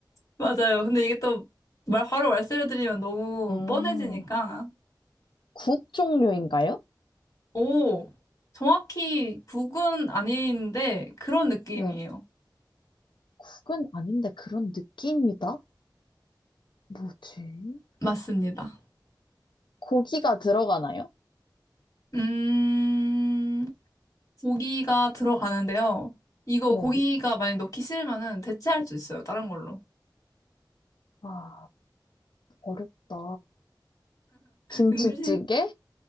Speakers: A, on the left; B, on the left.
A: 맞아요. 근데 이게 또 말, 바로 말씀을 드리면 너무
B: 음,
A: 뻔해지니까.
B: 국 종류인가요?
A: 오, 정확히 국은 아닌데 그런 느낌이에요.
B: 네, 국은 아닌데 그런 느낌이다. 뭐지?
A: 맞습니다.
B: 고기가 들어가나요?
A: 음, 고기가 들어가는데요. 이거
B: 네.
A: 고기가 만약 넣기 싫으면은 대체할 수 있어요. 다른 걸로.
B: 아, 어렵다. 김치찌개?
A: 음식,